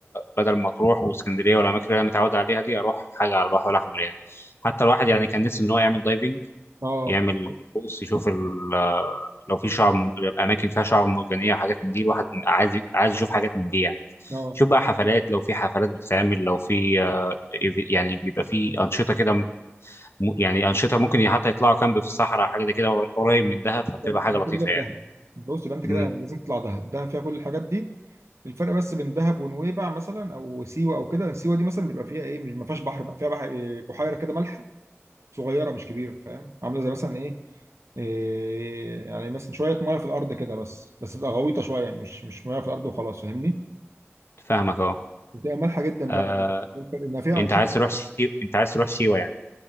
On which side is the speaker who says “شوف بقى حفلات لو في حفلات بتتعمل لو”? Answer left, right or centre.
Left